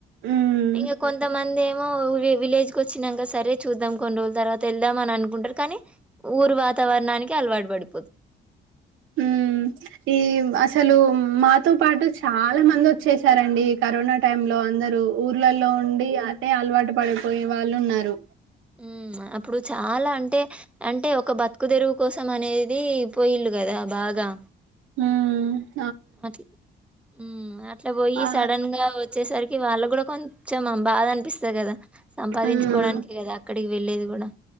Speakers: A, on the right; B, in the centre.
A: హ్మ్.
B: ఇంగ కొంతమంది ఏ విలేజ్ కు వచ్చినాక సరే చూద్దాం కొన్ని రోజుల తర్వాత వెళ్దాం అని అనుకుంటారు కానీ ఊరు వాతావరణానికి అలవాటు పడు
A: ఉమ్ ఈ అసలు మాతో పాటు చాలా మంది వచ్చేసారండి ఈ కరోనా టైమ్ లో అందరూ ఊర్లలో ఉండి అదే అలవాటు పడిపోయే వాళ్ళు ఉన్నారు
B: ఉమ్ అప్పుడు చాలా అంటే అంటే ఒక బతుకు తెరువు కోసం అనేది పోయిల్ళు కదా బాగా
A: ఉమ్
B: అట్ ఉమ్ అట్లా పోయి
A: ఆ!
B: సడన్ గా వచ్చేసరికి వాళ్ళ కూడా కొంచెం భాద అనిపిస్తంది కదా సంపాదించుకోవడానికి
A: హ్మ్.
B: కదా అక్కడికి వెళ్ళేది కూడా